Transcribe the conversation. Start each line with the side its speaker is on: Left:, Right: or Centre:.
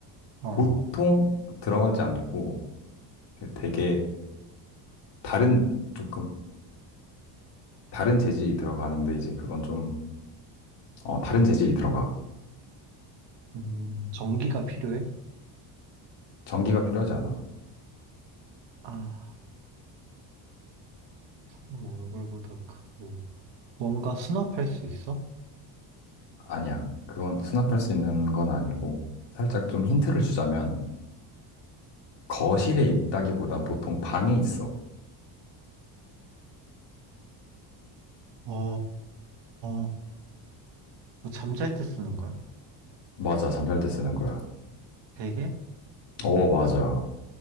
Right: 어.
Left: 보통 들어가지 않고 되게 다른, 조금 다른 재질이 들어가는데, 이제 그건 좀, 어, 다른 재질이 들어가.
Right: 음, 전기가 필요해?
Left: 전기가 필요하지 않아.
Right: 아, 사람 얼굴보다 크고. 뭔가 수납할 수 있어?
Left: 아니야. 그건 수납할 수 있는 건 아니고, 살짝 좀 힌트를 주자면, 거실에 있다기보단 보통 방에 있어.
Right: 어, 뭐 잠잘 때 쓰는 걸?
Left: 맞아, 잠잘 때 쓰는 거야.
Right: 베개?
Left: 오, 맞아.